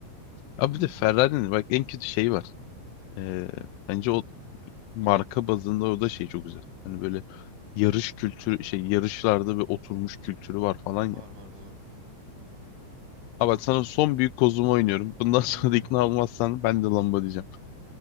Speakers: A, on the right (about 80°); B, on the left (about 80°).
A: <laughs>
B: Abi bir de Ferrari'nin bak en kötü şey var. Ee, bence o marka bazında o da şey çok güzel. Hani böyle yarış kültürü şey yarışlarda bir oturmuş
A: Hmm,
B: kültürü var falan
A: var
B: ya.
A: var doğru.
B: Abi bak sana son büyük kozumu oynuyorum. Bundan <laughs> sonra
A: Hadi oyna.
B: da ikna olmazsan ben de Lambo diyeceğim.